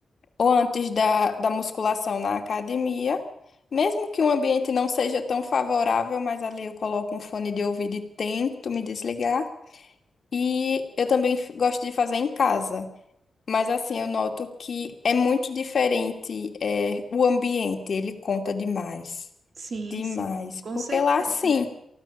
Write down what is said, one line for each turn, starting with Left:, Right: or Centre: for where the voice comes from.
Left: ou antes da, da musculação na academia. Mesmo que o ambiente não seja tão favorável, mas ali eu coloco um fone de ouvido e tento me desligar. E eu também f- gosto de fazer em casa. Mas assim, eu noto que é muito diferente, é, o ambiente, ele conta demais.
Right: Sim,
Left: Demais.
Right: sim, com
Left: Porque
Right: certeza.
Left: lá, sim,